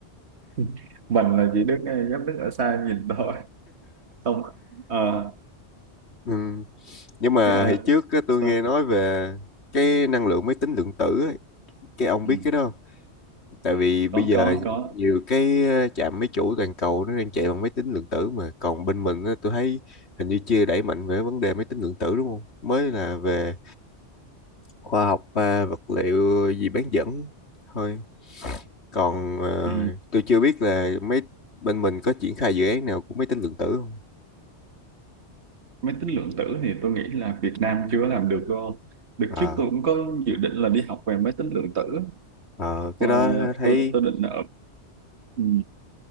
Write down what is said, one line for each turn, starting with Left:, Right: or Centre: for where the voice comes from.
Right: <laughs> mình là chỉ đứng dám đứng ở xa nhìn thôi không ờ
Left: ừ. nhưng mà
Right: ờ,
Left: hồi trước á, tôi
Right: sao?
Left: nghe nói về cái năng lượng máy tính lượng tử ấy. cái ông
Right: Ừ.
Left: biết cái đó không tại vì bây
Right: có
Left: giờ
Right: có có
Left: nhiều cái ờ, trạm máy chủ toàn cầu nó đang chạy bằng máy tính lượng tử mà còn bên mình á, tôi thấy hình như chưa đẩy mạnh về vấn đề máy tính lượng tử đúng không mới là về khoa học à, vật liệu gì bán dẫn thôi còn ờ,
Right: ừ.
Left: tôi chưa biết là mấy bên mình có triển khai dự án nào của máy tính lượng tử không
Right: máy tính lượng tử thì tôi nghĩ là Việt Nam chưa làm được đâu đợt
Left: à,
Right: trước tôi cũng có dự định là đi học về máy tính lượng tử
Left: ờ,
Right: học
Left: cái
Right: ờ,
Left: đó thấy
Right: tôi tôi định ở ừ,